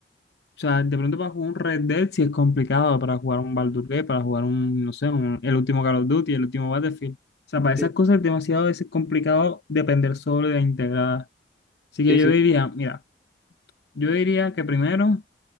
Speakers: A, on the left; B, in the centre.
A: O sea, de pronto para jugar un Red Dead sí es complicado, para jugar un Baldur's Gate, para jugar un, no sé, un- el último Call of Duty, el último Battlefield. O sea, para
B: Sí,
A: esas cosas es demasiado a veces complicado depender solo de la integrada. Así que
B: sí, sí.
A: yo diría, mira, yo diría que primero